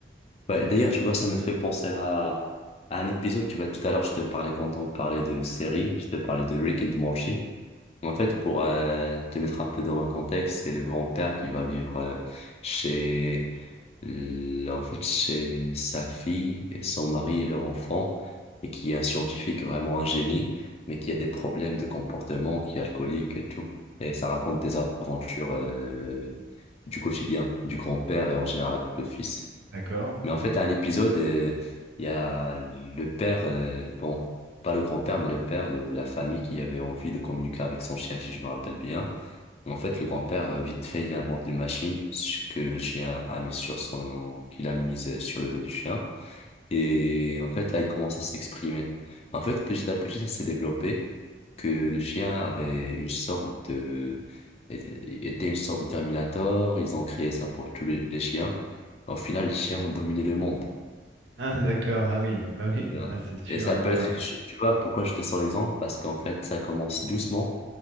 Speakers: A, on the left; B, on the right.
A: Ouais,
B: Et C'était.
A: d'ailleurs, tu vois, ça me fait
B: Oui.
A: penser à, à un épisode, tu vois, tout à l'heure, je te parlais quand on parlait de séries, je te parlais de Rick and Morty. En fait, pour euh, te mettre un peu dans le contexte, c'est le grand-père qui va vivre euh, chez l- en fait, c'est sa fille, et son mari et leur enfant, et qui est un scientifique vraiment un génie, mais qui a des problèmes de comportement, qui est alcoolique et tout. Et ça raconte des aventures euh, du quotidien, du grand-père et en général avec le fils.
B: D'accord.
A: Mais en fait, à un épisode, euh, il y a le père, euh, bon, pas le grand-père, mais le père de la famille qui avait envie de communiquer avec son chien, si je me rappelle bien. En fait, le grand-père, euh, vite fait, il invente une machine que le chien a mise sur son, qu'il a mise sur le dos du chien. Et en fait, là, il commence à s'exprimer. En fait, petit à petit, ça s'est développé que le chien avait une sorte de... était une sorte de Terminator. Ils ont créé ça pour tous les, les chiens. Au final, les chiens ont dominé le monde.
B: Ah, d'accord. Ah oui. Bah oui.
A: tu vois.
B: Ah, c'est sûr,
A: Et ça
B: là.
A: peut être... Tu vois pourquoi je te sors l'exemple? Parce qu'en fait, ça commence doucement,